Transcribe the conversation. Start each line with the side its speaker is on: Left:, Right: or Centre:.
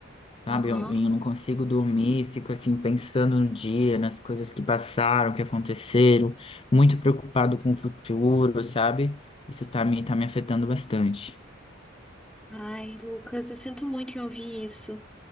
Left: sabe?
Centre: Aham.
Left: Eu, eu não consigo dormir, fico assim pensando no dia, nas coisas que passaram, que aconteceram, muito preocupado com o futuro, sabe? Isso tá me, tá me afetando bastante.
Centre: Ai, Lucas, eu sinto muito em ouvir isso.